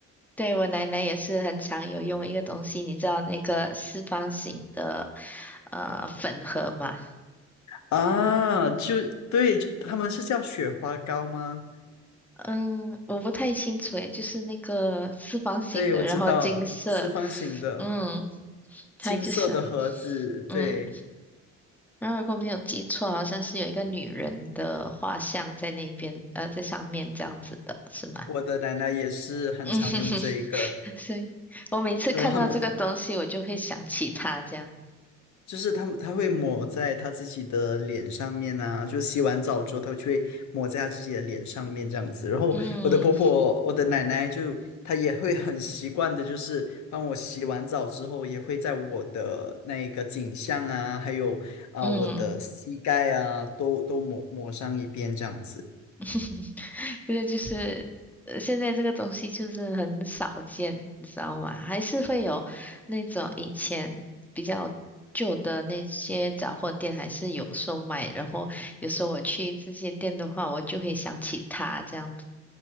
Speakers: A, in the centre; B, on the left.
A: 对我奶奶也是很常有用一个东西，你知道那个四方形的呃粉盒吗？
B: 啊，就对，就他们是叫雪花膏吗？
A: 嗯，我不太清楚诶，就是那个四方形的，
B: 对，我知道，
A: 然后金色，
B: 四方形的
A: 嗯，它就是。
B: 金色的盒子，
A: 嗯。
B: 对。
A: 然后如果没有记错，好像是有一个女人的画像在那边，呃，在上面这样子的，是吗？
B: 我的奶奶也是很常用这一个，
A: <laughs> 嗯哼哼，<laughs> 所以我每次看到这个东西，
B: 然后他们
A: 我就会想起她这样。
B: 就是他们，他会抹在他自己的脸上面啊，就洗完澡之后，他就会抹在他自己的脸上面这样子。然后我的婆婆，
A: 嗯
B: 我的奶奶就她也会很习惯的，就是帮我洗完澡之后，也会在我的那个颈项啊，还有啊、
A: 嗯，
B: 我的膝盖啊，都都抹抹上一遍这样子。
A: <laughs> 这个就是，呃，现在这个东西就是很少见，你知道吗？还是会有那种以前比较旧的那些杂货店还是有售卖，然后有时候我去这些店的话，我就会想起它这样。